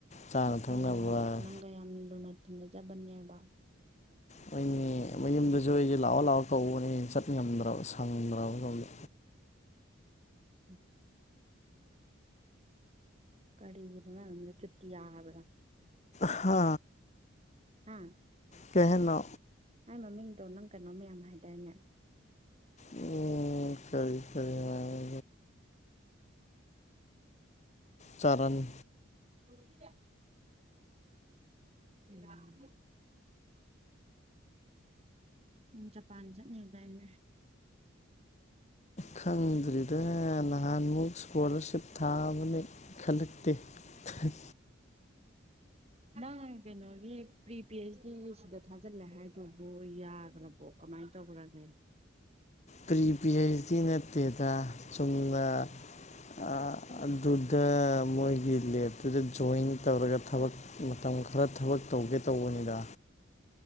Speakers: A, on the left; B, on the right.
A: ꯆꯥꯅ
B: ꯅꯪꯒ
A: ꯊꯛꯅꯕ
B: ꯌꯥꯝꯝ ꯅꯪꯒ ꯌꯥꯝꯝ ꯂꯨꯅ ꯇꯤꯅꯖꯕꯅꯦꯕ꫰꫰
A: ꯍꯣꯏꯃꯦ ꯃꯌꯨꯝꯗꯁꯨ ꯑꯩꯖꯦ ꯂꯥꯛꯑꯣ ꯂꯥꯛꯑꯣ ꯀꯧꯕꯅꯦ ꯆꯠ ꯉꯝꯗꯔ꯭ꯕ ꯁꯪꯗꯔ꯭ꯕ ꯁꯣꯝꯗ
B: ꯎꯝ ꯀꯔꯤꯒꯤꯅꯣ ꯃꯥꯒꯤ ꯃꯃꯤꯡꯗꯣ ꯆꯨꯇꯤꯌꯥ ꯍꯥꯏꯕ꯭ꯔ
A: ꯍꯥ
B: ꯑꯥ
A: ꯀꯩ ꯍꯥꯏꯅꯣ
B: ꯃꯥꯏ ꯃꯃꯤꯡꯗꯣ ꯅꯪ ꯀꯩꯅꯣ ꯃꯌꯥꯝ ꯍꯥꯏꯗꯥꯏꯅꯦ
A: ꯎꯝ ꯁꯔꯤ ꯁꯔꯤ ꯍꯥꯏ ꯆꯔꯅ
B: <unintelligible> ꯎ <unintelligible> ꯅꯡ ꯖꯄꯥꯟ ꯆꯠꯅꯤ ꯍꯥꯏꯕꯗꯥꯏꯅꯦ
A: ꯈꯪꯗ꯭ꯔꯤꯗ ꯅꯍꯥꯟꯃꯨꯛ ꯏꯁꯀꯣꯂꯥꯔꯁꯤꯞ ꯊꯥꯕꯅꯦ ꯈꯂ <unintelligible>
B: ꯅꯪ ꯀꯩꯅꯣꯒꯤ ꯄ꯭ꯔꯤ ꯄꯤ ꯑꯩꯩꯆ ꯗꯤ ꯁꯤꯗ ꯊꯥꯖꯤꯜꯂꯦ ꯍꯥꯏꯗꯨꯕꯨ ꯌꯥꯈ꯭ꯔꯕꯣ ꯃꯥꯏ ꯇꯣ ꯄꯨꯔꯒꯦ
A: ꯄ꯭ꯔꯤꯚꯤ ꯍꯆ ꯗꯤ ꯅꯠꯇꯦꯗ ꯆꯨꯝꯅ ꯑ ꯑꯗꯨꯗ ꯃꯣꯏꯒꯤꯜꯂꯤ ꯑꯗꯨꯗ ꯖꯣꯏꯟ ꯇꯧꯔꯒ ꯊꯕꯛ ꯃꯇꯝ ꯄ ꯈꯔ ꯊꯕꯛ ꯇꯧꯒꯦ ꯇꯧꯕꯅꯤꯗ